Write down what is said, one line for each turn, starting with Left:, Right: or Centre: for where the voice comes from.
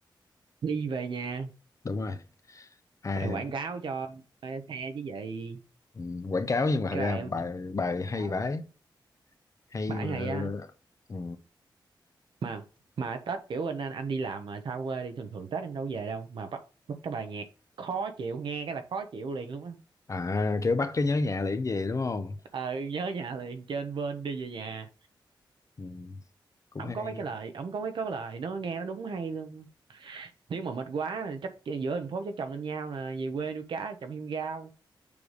Right: đi về nhà
Left: đúng rồi ai
Right: bài quảng cáo cho xe chứ gì
Left: ừ, quảng cáo nhưng mà thật
Right: cái
Left: ra
Right: bài em
Left: bài bài hay
Right: đó
Left: vãi hay
Right: bãi
Left: mà
Right: hay á
Left: ừ.
Right: mà mà Tết kiểu anh anh anh đi làm mà xa quê đi thường thường Tết em đâu có về đâu mà bắt bắt cái bài nhạc khó chịu nghe cái là khó chịu liền luôn á
Left: à kiểu bắt cái nhớ nhà liền về đúng không
Right: ờ nhớ nhà liền trên bên đi về nhà
Left: ừ. cũng
Right: ổng
Left: hay
Right: có mấy cái lời ổng có mấy cái lời nó nghe nó đúng hay luôn nếu mà mệt quá là chắc giữa thành phố chắc chồng lên nhau nè về quê nuôi cá trồng thêm rau